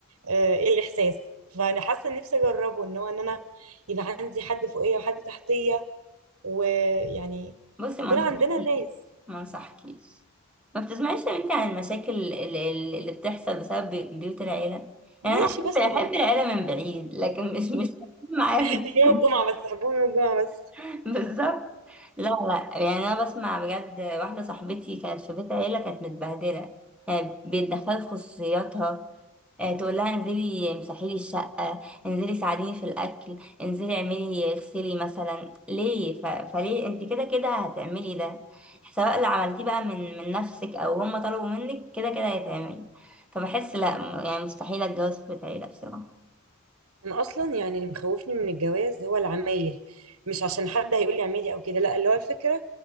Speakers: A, on the right; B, in the centre.
A: آه، ايه الاحساس فانا حاسه إن نفسي اجربه ان هو ان انا يبقى عندي حد فوقيه وحد تحتيه ويعني
B: بصي ما
A: يكون
B: انصحكيش
A: عندنا ناس
B: ما انصحكيش ما بتسمعيش يا بنتي عن المشاكل اللي, اللي بتحصل بسبب بي- بيوت العيلة
A: ماشي
B: يعني أنا أحب
A: بسمع
B: أحب العيلة من بعيد لكن مش مش معايا
A: <laughs>
B: في
A: يوم الجمعه بس حبهم يوم الجمعه بس
B: <laughs> بالظبط لا لا يعني أنا بسمع بجد واحدة صاحبتي كانت في بيت عيلة كانت متبهدلة يعني بيتدخلوا في خصوصياتها آه، تقول لها انزلي امسحي لي الشقة انزلي ساعديني في الأكل انزلي اعملي اغسلي مثلا ليه ف... فليه انت كده كده هتعملي ده سواء اللي عملتيه بقى من من نفسك او هم طلبوا منك كده كده هيتعمل فبحس لا م- يعني مستحيل اتجوز في بيت عيلة بصراحة
A: انا اصلا يعني اللي مخوفني من الجواز هو العمايل مش عشان حد هيقول لي عمالي او كده لا اللي هو الفكره